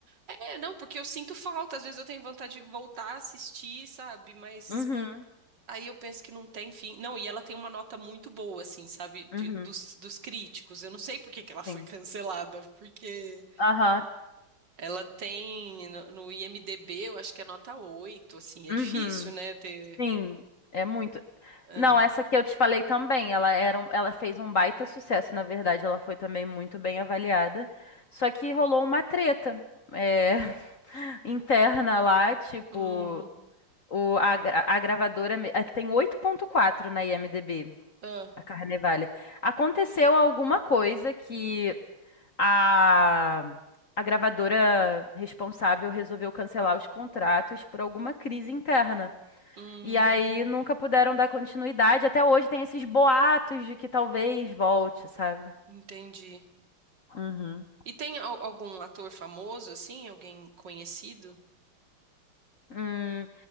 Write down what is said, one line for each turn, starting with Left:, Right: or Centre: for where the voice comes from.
Right: É, não, porque eu sinto falta, às vezes eu tenho vontade de voltar a assistir, sabe? Mas
Left: Uhum.
Right: aí eu penso que não tem fim. Não, e ela tem uma nota muito boa, assim, sabe? De-
Left: Uhum.
Right: dos, dos críticos. Eu não sei por que que ela foi
Left: Sim.
Right: <laughs> cancelada, porque
Left: Aham.
Right: ela tem no, no IMDb, eu acho que é nota oito assim, é
Left: Uhum.
Right: difícil, né? Ter.
Left: Sim. É muito
Right: é.
Left: Não, essa que eu te falei também, ela era um- ela fez um baita sucesso, na verdade, ela foi também muito bem avaliada. Só que rolou uma treta é, <laughs> interna lá, tipo,
Right: Hum,
Left: o, a, gra- a gravadora me- eh, tem oito ponto quatro na IMDb,
Right: ah,
Left: a Carnevale. Aconteceu alguma coisa que a, a gravadora responsável resolveu cancelar os contratos por alguma crise interna.
Right: hum,
Left: E aí nunca puderam dar continuidade. Até hoje tem esses boatos de que talvez volte, sabe?
Right: entendi.
Left: Uhum.
Right: E tem al- algum ator famoso, assim? Alguém conhecido?
Left: Hum,